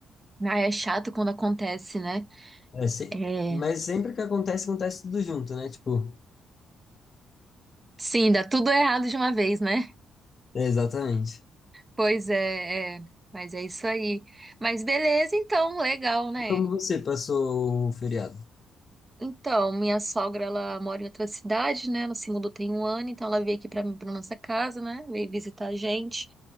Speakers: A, on the right (about 25°); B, on the left (about 45°).
A: Ah, é chato quando acontece, né?
B: É, se-
A: É.
B: Mas sempre que acontece, acontece tudo junto, né? Tipo,
A: Sim, dá tudo errado de uma vez, né?
B: é, exatamente.
A: Pois é, é. Mas é isso aí. Mas beleza, então, legal, né?
B: E como você passou o feriado?
A: Então, minha sogra, ela mora em outra cidade, né? Ela se mudou tem um ano, então ela veio aqui pra mim, pra nossa casa, né? Veio visitar a gente.